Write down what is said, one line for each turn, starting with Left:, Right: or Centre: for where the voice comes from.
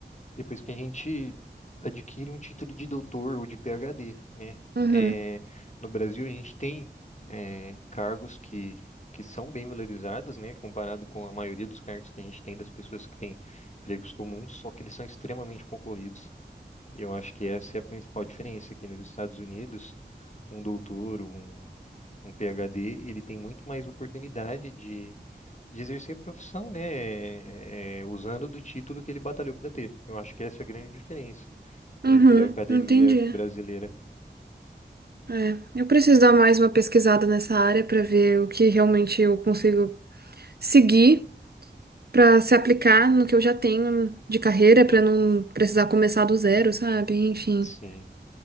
Left: depois que a gente adquire um título de doutor ou de PhD, né?
Right: Uhum,
Left: É, no Brasil a gente tem é, cargos que, que são bem valorizados, né? Comparado com a maioria dos cargos que a gente tem das pessoas que têm empregos comuns, só que eles são extremamente concorridos. E Eu acho que essa é a principal diferença aqui nos Estados Unidos, um doutor, um, um PhD, ele tem muito mais oportunidade de exercer a profissão, né? é, usando do título que ele batalhou para ter. Eu acho que essa é a grande diferença
Right: uhum,
Left: entre a academia
Right: entendi.
Left: brasileira.
Right: É, eu preciso dar mais uma pesquisada nessa área para ver o que realmente eu consigo seguir para se aplicar no que eu já tenho de carreira, para não precisar começar do zero, sabe? Enfim.
Left: Sim.